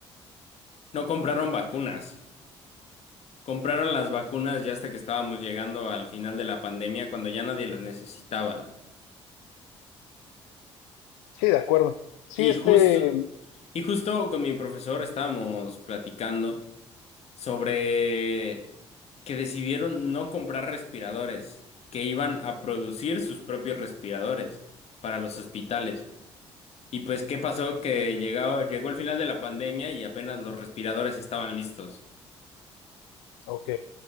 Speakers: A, on the left; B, on the left.
A: no compraron vacunas. Compraron las vacunas ya hasta que estábamos llegando al final de la pandemia, cuando ya nadie las necesitaba.
B: Sí, de acuerdo. Sí,
A: Y
B: este,
A: justo, Y justo con mi profesor estábamos platicando sobre que decidieron no comprar respiradores, que iban a producir sus propios respiradores para los hospitales. Y pues, ¿qué pasó? Que llegó, llegó el final de la pandemia y apenas los respiradores estaban listos.
B: Ok.